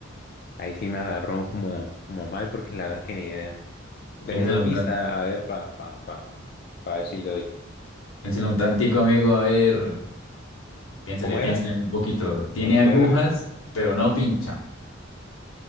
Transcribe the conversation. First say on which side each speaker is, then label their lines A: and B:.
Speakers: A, on the left; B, on the left.
A: ahí sí me agarró como, como mal porque la verdad es que ni idea. Deme
B: Piénsalo
A: una pista,
B: un tanto.
A: a ver, para pa, pa, pa pa ver si le doy.
B: Piénsele un tantico, amigo, a ver, piénsele,
A: ¿Cómo era?
B: piénsele un poquito. Tiene
A: ¿Me lo
B: agujas,
A: puede repetir?
B: pero no pincha.